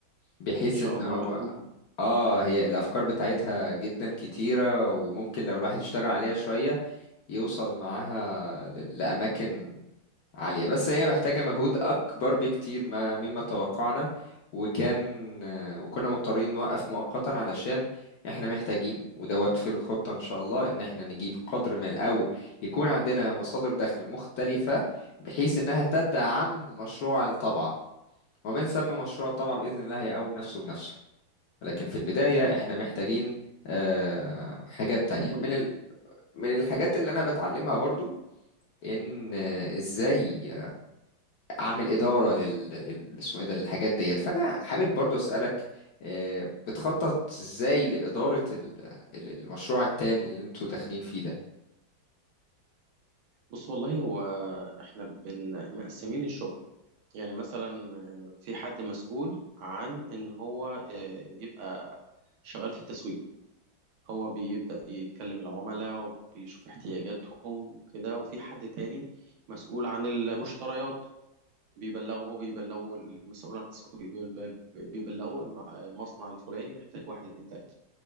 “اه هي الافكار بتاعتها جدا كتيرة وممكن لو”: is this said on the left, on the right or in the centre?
Left